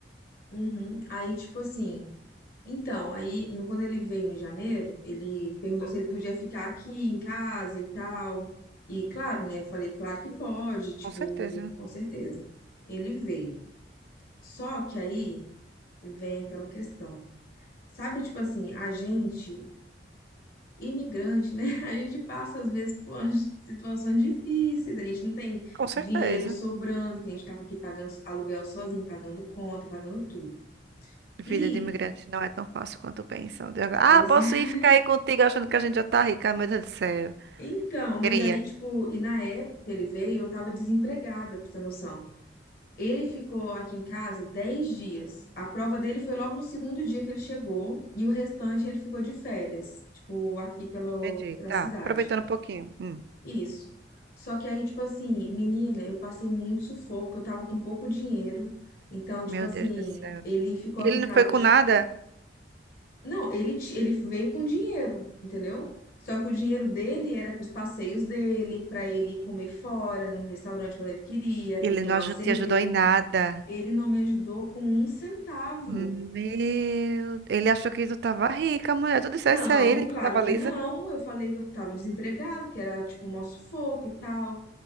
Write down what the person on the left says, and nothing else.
Uhum. Aí, tipo assim. Então, aí, no- quando ele veio em janeiro, ele perguntou se ele podia ficar aqui em casa e tal. E, claro, né? Eu falei, claro que pode, tipo,
com certeza. Ele veio. Só que aí vem aquela questão. Sabe, tipo assim, a gente imigrante, né? <laughs> A gente passa, às vezes, por umas situações difíceis, a gente não tem
dinheiro sobrando, que a gente estava aqui pagando aluguel sozinho, pagando conta, pagando tudo.
E,
pois
é.
<laughs>
Então, mas
aí, tipo, e na época que ele veio, eu tava desempregada, pra você ter noção. Ele ficou aqui em casa 10 dias. A prova dele foi logo no segundo dia que ele chegou, e o restante ele ficou de férias, tipo, aqui pelo,
pela
cidade.
Isso. Só que aí, tipo assim, menina, eu passei muito sufoco, eu tava com pouco dinheiro. Então, tipo
assim,
ele ficou
aqui
em
casa.
eu ti-
Não, ele, ti- ele veio com dinheiro, entendeu? Só que o dinheiro dele era pros passeios dele, pra ele comer fora, no restaurante quando ele queria,
pra ele tomar
uma cerveja.
Ele não me ajudou com um centavo.
Não,
claro
que
não. Eu falei que eu tava desempregado, que era tipo um maior sufoco e tal.